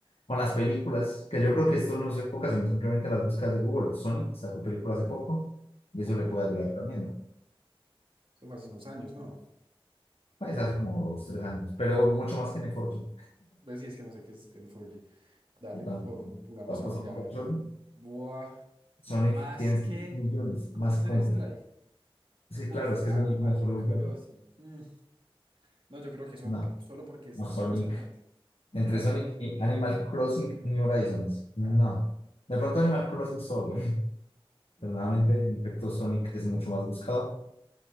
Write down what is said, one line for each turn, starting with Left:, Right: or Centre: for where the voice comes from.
Left: Con las películas, que yo creo que
Right: sí,
Left: esto no se enfoca, sino simplemente las búsquedas de Google. Sonic sacó películas hace poco y
Right: poco.
Left: eso le puede
Right: Mm.
Left: ayudar también, ¿no?
Right: Eso fue hace unos años, ¿no?
Left: Pues hace como dos, tres años, pero mucho más que en N4G.
Right: Pues sí, es que no sé qué es N4G. Dale,
Left: Yo tampoco
Right: pon- pongamos Sonic,
Left: son
Right: a ver.
Left: control.
Right: Buah,
Left: Sonic
Right: más
Left: tiene
Right: que
Left: millones
Right: Counter-Strike.
Left: más que Counter. Sí,
Right: Uf,
Left: claro, es que
Right: Animal
Left: Sonic no es solo
Right: Crossing.
Left: un juego.
Right: Mm, No, yo creo que Sonic,
Left: No,
Right: solo porque es
Left: no Sonic.
Right: demasiado grande.
Left: Entre
Right: Que Animal,
Left: Sonic y Animal Crossing New Horizons. No.
Right: ajá.
Left: De pronto Animal Crossing solo. <laughs> Pero nuevamente,
Right: ah,
Left: en efecto, Sonic es mucho más buscado.